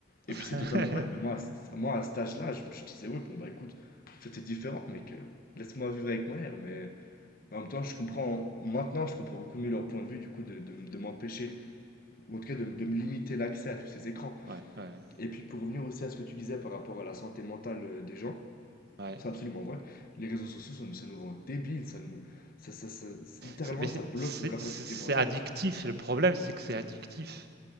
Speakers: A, on the right; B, on the left.
A: <laughs>
B: Et puis c'est totalement vrai, mais moi, à ce- moi à cet âge-là, je, je disais, oui, bon, bah écoute, c'était différent, mais que laisse-moi vivre avec mon air. Mais en même temps, je comprends, maintenant, je comprends beaucoup mieux leur point de vue, du coup, de, de- de m'empêcher, ou en tout cas de, de me limiter l'accès à tous ces écrans.
A: Ouais. Ouais.
B: Et puis pour revenir aussi à ce que tu disais par rapport à la santé mentale euh, des gens,
A: Ouais.
B: c'est absolument vrai. Les réseaux sociaux, ça nous, ça nous rend débiles, ça nous, ça, ça- ça- littéralement,
A: C'est mais
B: ça
A: c'est
B: bloque
A: c'est
B: nos capacités
A: c'est c'est
B: mentales.
A: addictif. Le problème, c'est que c'est addictif.